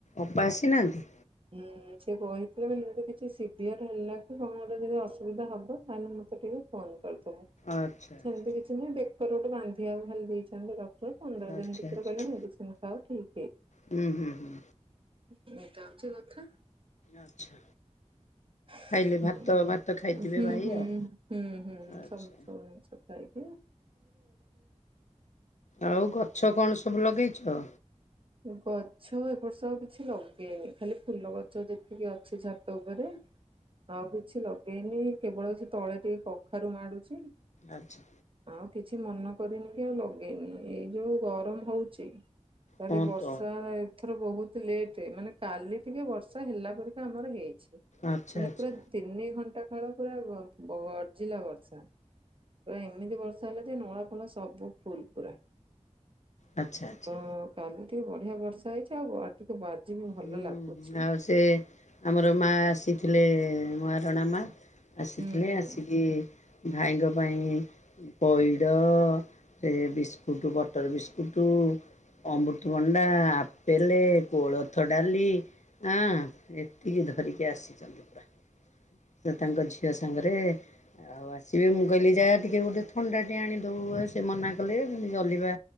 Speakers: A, on the left; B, on the right.
A: ଅପା ଆସିନାହାଁନ୍ତି?
B: ହୁଁ ସେ କହିଥିଲେ ଖାଲି ଗୋଟେ କିଛି ସିଭିଅର ହେଲା କି କଣ ଗୋଟେ ଯଦି ଅସୁ ଯେବେ ହବ ତାହେଲେ ମତେ ଟିକେ ଫୋନ କରି
A: ଆଚ୍ଛା।
B: ସେମିତି
A: ଆଚ୍ଛା
B: କିଛି ନାହିଁ ଦେଖ୍ ତୋର ଗୋଟେ ବାନ୍ଧିିବାକୁ ଖାଲି ଦେଇଛନ୍ତି ରକ୍ ସିଏ ପନ୍ଦର
A: ଆଚ୍ଛା
B: ଦିନ ଭିତରେ
A: ଆଚ୍ଛା
B: ଗଲେ ମେଡିସିନ ହଉ ଠିକ୍।
A: ହୁଁ ହୁଁ ହୁଁ।
B: ଏଟା ହଉଛି କଥା।
A: ଆଚ୍ଛା।
B: ହୁଁ ହୁଁ
A: ଖାଇଲେ
B: ହୁଁ
A: ଭାତ
B: ହୁଁ
A: ଭାତ ଖାଇଥିବେ
B: ସବୁ
A: ଭାଇ ଆଉ
B: ସବୁୁ ଜିନିଷ।
A: ଆଚ୍ଛା।
B: ଭାଇ
A: ଆଉ ଗଛ କଣ ସବୁ ଲଗେଇଛୁ? ଛଅ
B: ଗଛ ଏ ବର୍ଷ ଆଉ କିଛି ଲଗେଇନି ଖାଲି ଫୁଲ ଗଛ ଯେତିକି ଅଛି ଛାତ ଉପରେ। ଆଉ କିଛି ଲଗେଇନି। ଏ କେବଳ ସେ ତଳେ ଟିକେ କଖାରୁ ମାଡୁଛି।
A: ଆଚ୍ଛା।
B: ଆଉ କିଛି ମନ କରିନି କି ଆଉ ଲଗେଇନି ଏଇ ଯୋଉ ଗରମ ହଉଚି। ତାହେଲେ
A: ହଁ
B: ବର୍ଷା
A: ତ
B: ଏଥର ବହୁତ ବହୁ ଲେଟ୍ ମାନେ କାଲି ଟିକେ ବର୍ଷା ହେଲା ପରିକା ଆମର ହେଇଛି।
A: ଆଚ୍ଛା
B: ମାନେ
A: ଆଚ୍ଛା
B: ପୁରା ତିନି ଘଣ୍ଟ କଟା କାଳ ପୁରା ଗର୍ଜିଲା ବର୍ଷ <unintelligible> ଏମିତି ବର୍ଷା ହେଲା ଯେ ନଳା ଫଳା ସବୁ ଫୁଲ ପୁରା।
A: ଆଚ୍ଛା
B: <unintelligible>
A: ଆଚ୍ଛା।
B: କାଲି ଟିକେ ବଢିଆ ବର୍ଷା ହେଇଛି ଆଉ ଆ ଆଜି ବି ଭଲ
A: ହୁଁ
B: ଲାଗୁଛି।
A: ଆଉ ସେ ଆମର ମା ଆସି ଥିଲେ ନୂଆଁ ପଡ଼ା ମା ଆସିଥିଲେ
B: ହୁଁ ହୁଁ
A: ଆସିକି ଭାଇଙ୍କ ପାଇଁ ପଇଡ଼ ସେ ବିସ୍କୁଟ ବଟର୍ ବିସ୍କୁଟ ଅମୃତଭଣ୍ଡା ଆପେଲ୍ କୋଳ ଳଥ ଡାଲି ଆଁ ଏତିକି ଧରିକି ଆସିଛନ୍ତି ପୁରା। ସେ ତାଙ୍କ ଝି ଝିଅ ସାଙ୍ଗରେ ଆଉ ଆସିବି ମୁଁ କହିଲି ଯାହା ଟିକେ ଗୋଟେ ଥଣ୍ଡା ଟେ ଆଣିଦଉ ସେ ମନା କଲେ ମେ ଜଲିବା